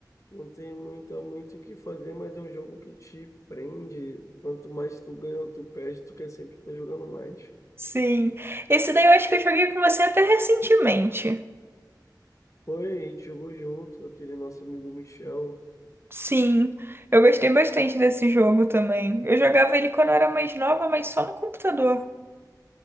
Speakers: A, on the left; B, on the right.
A: não tem muita, muito o que fazer, mas é um jogo que te prende. Quanto mais tu ganha, ou tu perde, tu quer sempre estar jogando mais.
B: Sim. Esse daí eu acho que eu joguei com você até recentemente.
A: Foi, a gente jogou junto com aquele nosso amigo Michel.
B: Sim, eu gostei bastante desse jogo também. Eu jogava ele quando eu era mais nova, mas só no computador.